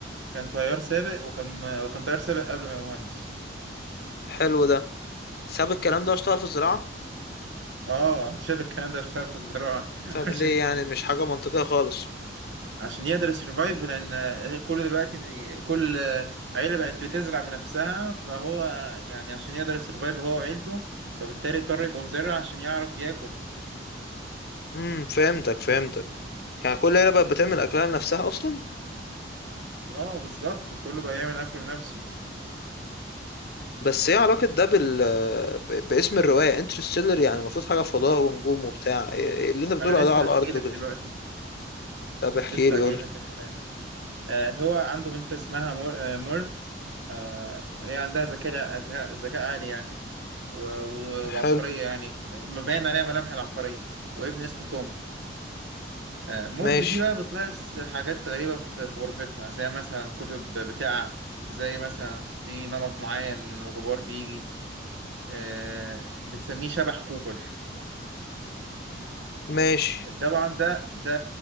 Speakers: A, on the right; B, on the left.
A: كان طيار سابق وكان وكان طيار سابق قبل ما يبقى مهندس
B: حلو ده ساب الكلام ده واشتغل في الزراعه
A: اه <laughs> شاب الكلام ده اشتغل في الزراعة <laughs>
B: طب
A: عشان
B: ليه يعني مش حاجة منطقية خالص
A: عشان يقدر يسرفايف لان آه، كل دلوقتي إن كل آه، عيله بقت بتزرع بنفسها فهو آه، يعني عشان يقدر يسرفايف هو وعيلته فبالتالي اضطر يبقى مزرع عشان يعرف ياكل
B: امم فهمتك فهمتك يعني كل عيلة بقت بتعمل أكلها لنفسها أصلا
A: اه بالظبط كله بقى يعمل اكل لنفسه
B: بس ايه علاقة ده بال ب... باسم الرواية انترستيلر يعني المفروض حاجة فضاء ونجوم وبتاع إيه إيه اللي انت بتقوله
A: انا لسه
B: ده على الأرض
A: هحكي لك
B: وكده
A: دلوقتي
B: طب احكي
A: لسه
B: لي
A: هجي
B: قول لي.
A: لك في الكلام آه هو عنده بنت اسمها مور... آه مورف آه هي عندها ذكاء ذكاء ذكاء عالي يعني و... و... وعبقريه
B: حلو
A: يعني مبين عليها ملامح العبقريه وابن اسمه توم آه، مورف
B: ماشي
A: دي بقى بتلاحظ حاجات غريبة في في غرفتها زي مثلا كتب بتقع زي مثلا في نمط معين من الغبار بيجي آه، بتسميه شبح كوبر
B: ماشي
A: طبعا ده ده